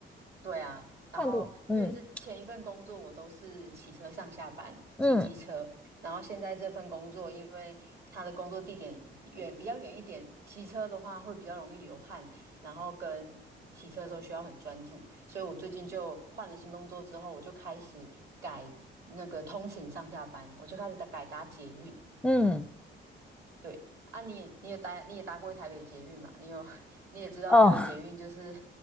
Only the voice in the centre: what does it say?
换不，嗯嗯
嗯，
哦，